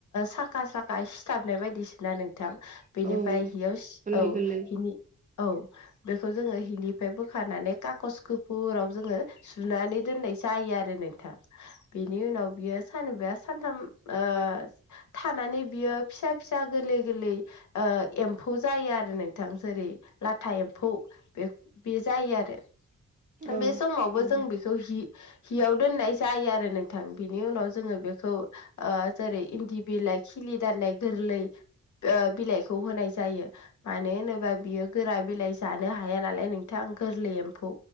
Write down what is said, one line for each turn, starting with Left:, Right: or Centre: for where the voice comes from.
Left: साखा सा सिथाबनाय बायदिसा ना नोंथां बेनिफ्राय
Right: औ
Left: हियाव
Right: गोरलै
Left: औ
Right: गोरलै
Left: हिनि औ बेखौ जोङो हिनिफ्राय बोखारनानै काकस गुफुराव जोङो सुनानै दोननाय जायो आरो नोंथां बिनि उनाव बियो सानबा सानथाम ओ थानानै बियो फिसा फिसा गोरलै गोरलै एम्फौ जायो आरो नोंथां जेरै लाथा एम्फौ बे बे जायो आरो
Right: औ
Left: बे समावबो
Right: नंगौ
Left: जों बेखौ हि हियाव दोननाय जायो आरो नोंथां बिनि उनाव जोङो बेखौ आ जेरै इन्दि बिलाइ खिलि दाननाय गोरलै बिलाइखौ होनाय जायो मानो होनोबा बियो गोरा बिलाइ जानो हाया नालाय नोंथां गोरलै एम्फौ